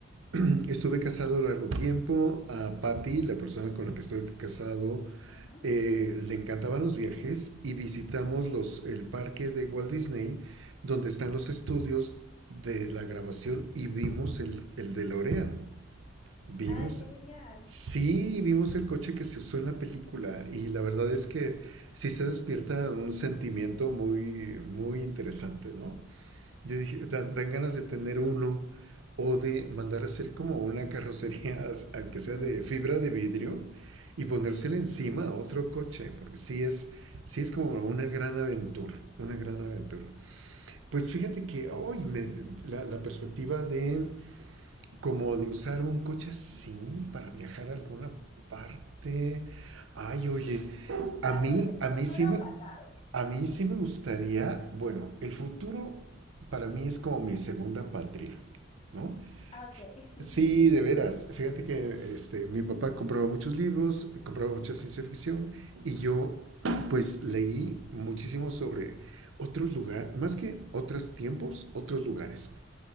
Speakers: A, on the right (about 75°); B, on the left (about 30°).
A: <clears throat> estuve casado largo tiempo. A Patty, la persona con la que estoy casado,
B: Ujú.
A: eh, le encantaban los viajes y visitamos los, el parque de Walt Disney, donde están los estudios de la grabación y vimos el, el DeLorean. Vimos,
B: Ay, qué genial.
A: sí, vimos el coche que se usó en la película y la verdad es que sí se despierta un sentimiento muy, muy interesante, ¿no? Yo dije, dan, dan ganas de tener uno o de mandar a hacer como una carrocería, <laughs> aunque sea
B: <laughs>
A: de fibra de vidrio, y ponérsela
B: Sí.
A: encima a otro coche, porque sí es, sí es como una gran aventura, una gran aventura. Pues fíjate que hoy me- la, la perspectiva de como de usar un coche así para viajar a alguna parte. Ay, oye, a mí,
B: ¿A dónde?
A: a
B: ¿Futuro
A: mí sí me,
B: o pasado?
A: a mí sí me gustaría, bueno, el futuro para mí es como mi segunda patria, ¿no?
B: Ah, Ok. <laughs>
A: Sí, de veras. Fíjate que este, mi papá compraba muchos libros, compraba mucha ciencia ficción y yo pues leí muchísimo sobre otros lugares, más que otros tiempos, otros lugares.